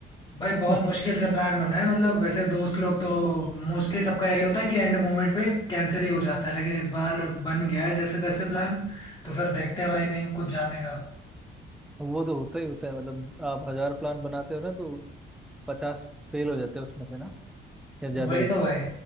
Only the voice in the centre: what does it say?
<laughs>
वो तो होता ही होता है मतलब आप हजार प्लान बनाते हो ना तो पचास फेल हो जाते हैं उसमें से ना या ज्यादा
ही